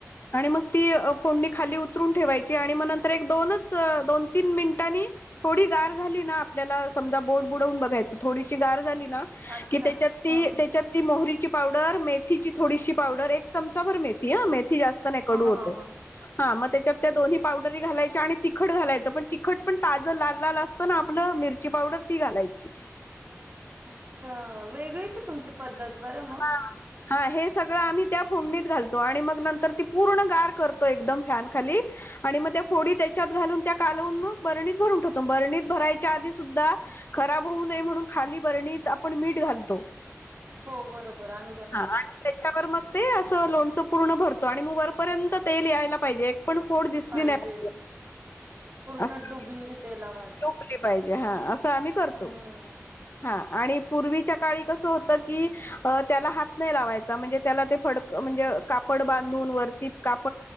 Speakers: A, on the left; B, on the right.
A: आणि मग ती फोडणी खाली उतरून ठेवायची, आणि मग नंतर एक दोनच, दोन तीन, मिनिटांनी थोडी गार झाली ना, आपल्याला समजा बोट बुडवून बघायचं थोडी गार झाली ना,
B: अच्छा.
A: की त्याच्यात ती,
B: हां, हां.
A: त्याच्यात ती मोहरी ची पावडर मेथीची, थोडीशी पावडर, एक चमचा भर मेथी अ मेथी जास्त ने कडू
B: हां,
A: होतं
B: हां, हां.
A: हा मग त्याच्यात त्या दोन्ही पावडरी घालायच्या आणि तिखट घालायचं, पण तिखट पण ताज लाल, लाल, असतं ना आपलं मिरची पावडर ती घालायची.
B: अच्छा वेगळेच तुमची पद्धत बरं मग
A: हा हा हे सगळं आम्ही त्या फोडणीत घालतो आणि मग नंतर ती पूर्ण गार करतो एकदम फॅन खाली आणि मग त्या फोडी त्याच्यात घालून त्या कालवून मग बरणीत भरून ठेवतो बरणीत भरायच्या आधी सुद्धा खराब होऊ नये म्हणून खाली बरणीत आपण मीठ घालतो
B: <inaudible> बरोबर आम्ही पण टाकतो
A: हा
B: ते.
A: त्याच्यावर मग ते अस लोणच पूर्ण भर - तो आणि मग वरपर्यंत तेल यायला पाहिजे एक -- पण फोड दिसली
B: पाहिजे
A: नाही
B: पूर्ण
A: <unintelligible>
B: डुबलेली तेलामध्ये.
A: टोपली पाहिजे हा असं आम्ही करतो
B: हम्म.
A: हा आणि पूर्वीच्या काळी कसं होतं कि त्याला हात नाही लावायचा म्हणजे त्याला ते फडक म्हणजे कापड बांधून वरती काप -